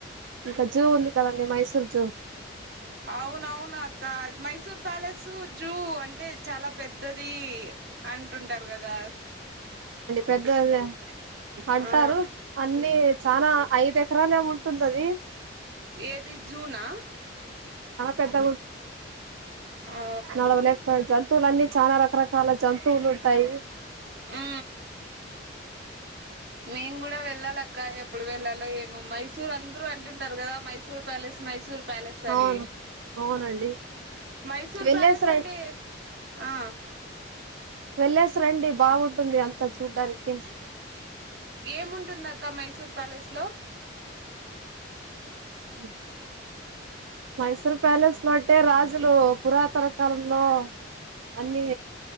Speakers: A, on the right (about 85°); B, on the right (about 55°).
A: ఇంకా జూ ఉంది కదండి మైసూర్ జూ
B: అవును అవును అక్క మైసూర్ ప్యాలెస్ జూ అంటే చాలా పెద్దది అంటుంటారు కదా
A: పెద్ద అదా అంటారు
B: ఆ
A: అన్ని చానా ఐదు ఎకరలు ఏమో ఉంటుందది
B: ఏది జూనా
A: పెద్ద
B: ఆ
A: నరవు లేక్ పజ స్తులీ చానా రకరకాల చాలా జంతువులు ఉంటాయి
B: ఆ మేము కూడా వెళ్ళాలక్క ఎప్పుడు వెళ్ళాలో ఏమో మైసూర్ అందరుూ అంటుంటారు కదా మైసూర్ ప్యాలెస్ మైసూర్ ప్యాలెస్
A: అవును
B: అని
A: అవునండి
B: మైసూర్
A: వెళ్ళేసి
B: ప్యాలెస్
A: రం
B: అంటే ఆ
A: వెల్లేస్ రండి బాగుంటుంది అంతా చూడ్డానికి
B: ఏముంటుంది అక్క మైసూర్ ప్యాలెస్ లో
A: ఇ మైసూర్ ప్యాలెస్ లో అంటే రాజులు పురాతన కాలంలో అన్ని